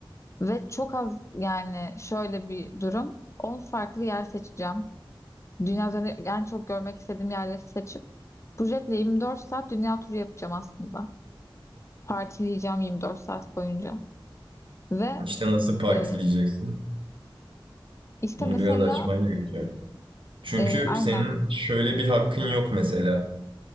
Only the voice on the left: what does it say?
Ve çok az yani şöyle bir durum. 10 farklı yer seçeceğim. Dünya üzerinde en çok görmek istediğim yerleri seçip bu jetle 24 saat dünya turu yapacağım aslında. Partileyeceğim 24 saat boyunca. Ve
e, işte
mesela
e, aynen